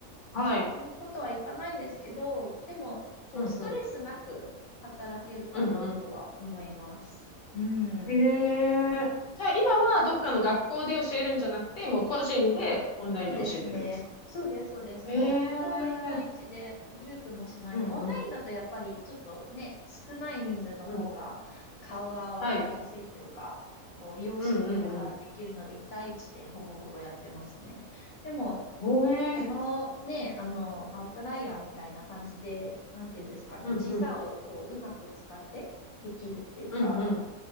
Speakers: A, on the left (about 40°); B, on the left (about 70°).
A: はい、
B: そういうことはいかないんですけど、でも、こう、
A: うんうん、
B: ストレスなく働けるかなとは思います。
A: うんうん。
B: うん。
A: へえ、じゃあ今はどっかの学校で教えるんじゃなくて、もう個人でオンラインで教えてるんですか
B: そうですね。そうです、そうです。
A: へえ、
B: もう、ほとんど一対一で、グループもしないで、
A: うんうん、
B: オンラインだとやっぱり、ちょっとね、少ない人数の方が、
A: うん、
B: 顔がわかりやすいっていうか、
A: はい、
B: こう、様子を見ながらできるので、
A: うんうん
B: 一対一でほぼほぼやってますね。でも、
A: うん。へえ、
B: このね、あの、アウトライヤーみたいな感じで、なんていうんですかね、
A: うんうん、
B: 時差をこう、うまく使ってできるっていうか、
A: うんうん、